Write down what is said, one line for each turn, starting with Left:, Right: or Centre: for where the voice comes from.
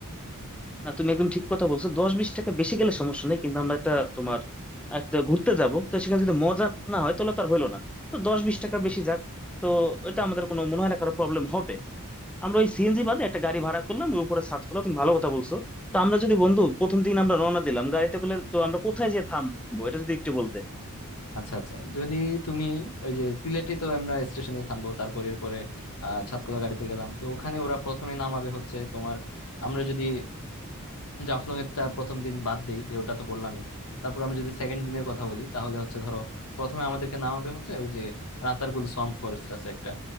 Centre: না তুমি একদম ঠিক কথা বলছো দশ বিশ টাকা বেশি গেলে সমস্যা নেই কিন্তু আমরা একটা তোমার একটা ঘুরতে যাব তো সেখানে যদি মজা না হয় তাহলে তো আর হইলো না তো দশ বিশ টাকা বেশি যাক তো এটা আমাদের কোনো মনে হয় না কারো প্রবলেম হবে আমরা ওই সিএনজি বাদে একটা গাড়ি ভাড়া করলাম ওই উপরে সার্চ করলাম তুমি ভালো কথা বলছো তো আমরা যদি বন্ধু প্রথম দিন আমরা রওনা দিলাম গাড়িতে করে তো আমরা কোথায় যেয়ে থামবো এটা যদি একটু বলতে
Left: আচ্ছা আচ্ছা যদি তুমি ওই যে সিলেটে তো আমরা স্টেশনে থামবো তারপর এরপরে আহ সাতকলা গাড়িতে গেলাম তো ওখানে ওরা প্রথমে নামাবে হচ্ছে তোমার আমরা যদি জাফলং এরটা প্রথম দিন বাদ দেই যে ওটা তো বললামই তারপর আমি যদি সেকেন্ড দিনের কথা বলি তাহলে হচ্ছে ধরো প্রথমে আমাদেরকে নামাবে হচ্ছে ওই যে রাতারগুল সোয়াম্প ফরেস্ট আছে একটা